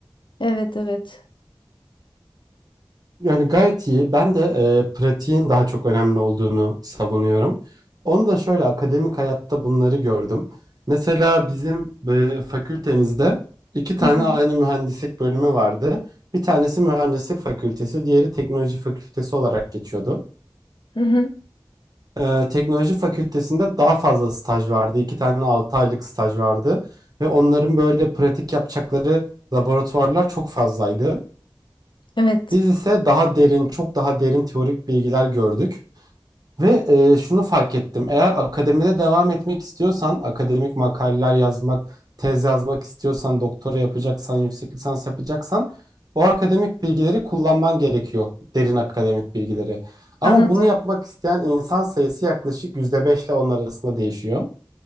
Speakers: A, on the left (about 75°); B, on the right (about 50°).
A: Evet, evet.
B: Yani gayet iyi. Ben de e, pratiğin daha çok önemli olduğunu savunuyorum. Onu da şöyle akademik hayatta bunları gördüm. Mesela bizim e, fakültemizde iki tane
A: Hı hı.
B: aynı mühendislik bölümü vardı. Bir tanesi mühendislik fakültesi, diğeri teknoloji fakültesi olarak geçiyordu.
A: Hı hı.
B: e, teknoloji fakültesinde daha fazla staj vardı. İki tane 6 aylık staj vardı. Ve onların böyle pratik yapacakları laboratuvarlar çok fazlaydı.
A: Evet.
B: Biz ise daha derin, çok daha derin teorik bilgiler gördük. Ve e, şunu fark ettim. Eğer akademide devam etmek istiyorsan, akademik makaleler yazmak, tez yazmak istiyorsan, doktora yapacaksan, yüksek lisans yapacaksan o akademik bilgileri kullanman gerekiyor. Derin akademik bilgileri. Ama
A: Anladım.
B: bunu yapmak isteyen insan sayısı yaklaşık %5 ile 10 arasında değişiyor.